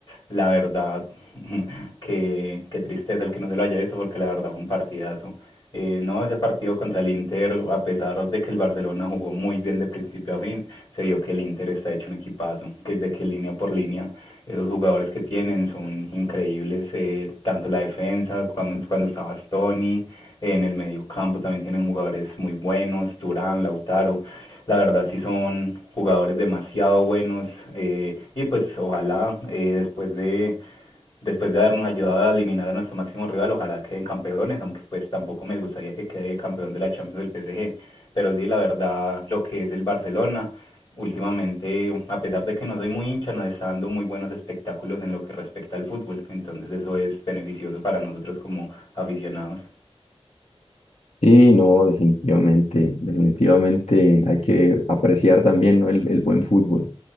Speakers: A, on the left; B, on the left.
A: la verdad, <laughs> qué qué tristeza el que no se lo haya visto, porque la verdad fue un partidazo. Eh, no, ese partido contra el Inter, a pesar de que el Barcelona jugó muy bien de principio a fin, se vio que el Inter está hecho un equipazo, que desde que línea por línea, eh, los jugadores que tienen son increíbles, eh, tanto la defensa, cuando, cuando estaba Stoni, en el mediocampo también tienen jugadores muy buenos, Turán, Lautaro. La verdad sí son jugadores demasiado buenos eh, y pues ojalá eh, después de después de habernos ayudado a eliminar a nuestro máximo rival, ojalá queden campeones, aunque pues tampoco me gustaría que quede campeón de la Champions del PSG. Pero sí, la verdad, lo que es el Barcelona, últimamente, a pesar de que no soy muy hincha, nos está dando muy buenos espectáculos en lo que respecta al fútbol. Entonces eso es beneficioso para nosotros como aficionados.
B: Sí, no, definitivamente, definitivamente hay que apreciar también, ¿no? el, el buen fútbol.